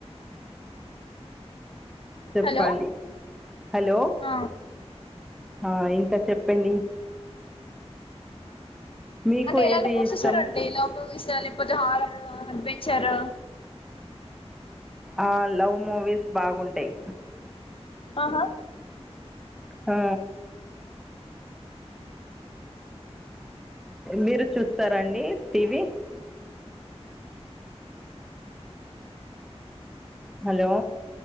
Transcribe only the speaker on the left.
హలో
ఆ
అంటే ఎలాంటి
బుక్స్
ఇస్తారండి లవ్ మూవీస్ ఆ లేకపోతే హారర్ అడ్వెంచరు
ఆహా